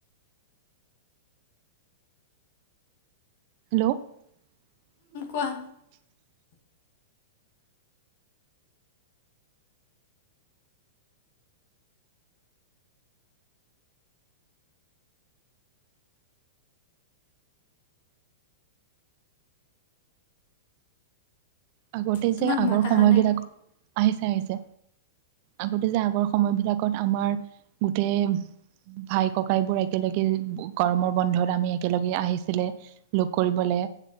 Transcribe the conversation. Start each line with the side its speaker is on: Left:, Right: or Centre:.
Right: হেল্ল'। <inaudible>
Left: পোৱা
Right: আগতে
Left: তোমাৰ
Right: যে আগৰ
Left: মাত অহা
Right: সময়বিলাক।
Left: নাই
Right: আহিছে, আহিছে আগতে যে আগৰ সময়বিলাকত আমাৰ গোটেই ভাই ককাইবোৰ একেলগে গৰমৰ বন্ধত আমি একেলগে আহিছিলে লগ কৰিবলে